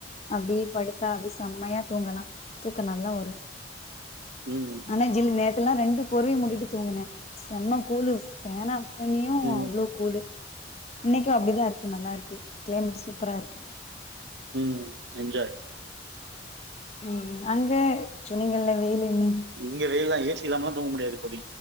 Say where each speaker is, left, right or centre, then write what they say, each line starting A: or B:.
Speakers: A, on the left; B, on the right.
A: அப்படியே படுத்தா அப்படி செம்மையா தூங்கலா தூக்க நல்லா வரு
B: ம்.
A: அனா சில்லு நேத் த்தெல்லா ரெண்டு போர்வையை மூடிட்டு தூங்கனே செம்ம கூலு ஃபேன்னப் பண்ணியு
B: ம்.
A: அவ்ளோ கூலு இன்னைக்கு அப்படிதா இருக்கு நல்லா இருக்கு கிளைமேட்டு சூப்பரா இருக்கு
B: ம் என்ஜாய்
A: ம் அங்க சொன்னீங்கள்ல வெயிலு ன்னு
B: இங்க வெயில் தா ஏசி இல்லாமலா தூங்க முடியாது தோழி